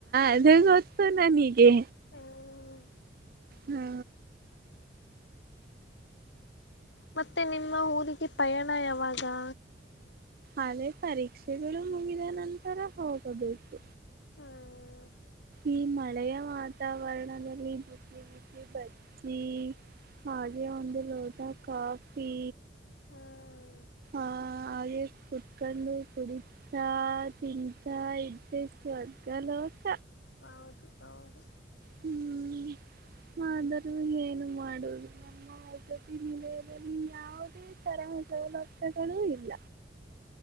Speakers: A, on the right; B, on the left.
A: ಅದು ಗೊತ್ತು ನನಗೆ.
B: ಹ್ಮ್
A: ಹಾ
B: ಮತ್ತೆ ನಿಮ್ಮ ಊರಿಗೆ ಪಯಾಣ. ಬ್ಬ ಯಾವಾಗಾ.
A: ಅದೇ ಪರೀಕ್ಷೆಗಳು ಮುಗಿದ ನಂತರ ಹೋಗಬೇಕು.
B: ಹ್ಮ್
A: ಈ ಮಳೆಯ ವಾತಾವರಣದಲ್ಲಿ ಬಿಸಿ ಬಿಸಿ ಬಜ್ಜಿ ಹಾಗೆ ಒಂದು ಲೋಟ ಕಾಫಿ
B: ಹ್ಮ್
A: ಆ ಹಾಗೆ ಕುತ್ಕಂಡು ಕುಡಿತಾ ತಿಂತಾ ಇದ್ದೆ ಸ್ವರ್ಗ ಲೋಕ.
B: ಹೌದು ಹೌದು.
A: ಹ್ಮ್ ಆದರೂ ಏನು ಮಾಡುದು ನಮ್ಮ ವಸತಿ ನಿಲಯದಲ್ಲಿ ಯಾವುದೇ ತರ ಸೌಲಭ್ಯಗಳೂ ಇಲ್ಲ.